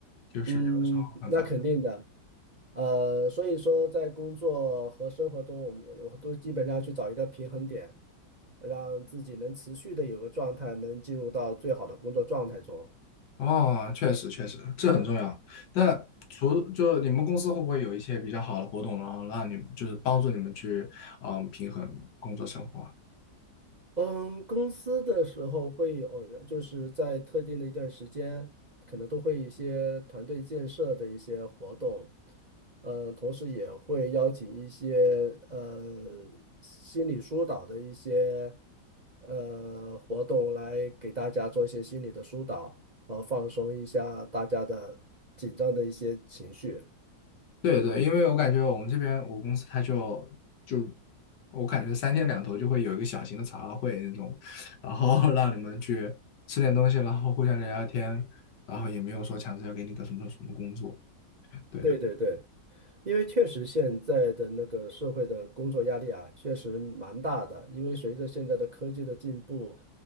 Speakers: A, on the left; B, on the right.
A: 就是有的时候很烦。
B: 嗯，那肯定的，呃，所以说在工作和生活中，我们我都基本上去找一个平衡点，让自己能持续的有个状态，能进入到最好的工作状态中。
A: 哦，确实确实，这很重要。那除就你们公司会不会有一些比较好的活动，然后让你们就是帮助你们去嗯平衡工作生活啊？
B: 嗯，公司的时候会有人，就是在特定的一段时间，可能都会一些团队建设的一些活动，嗯，同时也会邀请一些呃心理疏导的一些呃活动来给大家做一些心理的疏导，呃，放松一下大家的紧张的一些情绪。
A: 对对，因为我感觉我们这边我公司他就就我感觉三天两头就会有一个小型的茶话会那种，然后 <laughs> 让你们去吃点东西，然后互相聊聊天，然后也没有说强制要给你个什么什么工作。对的，
B: 对对对。因为确实现在的那个社会的工作压力啊，确实蛮大的。因为随着现在的科技的进步，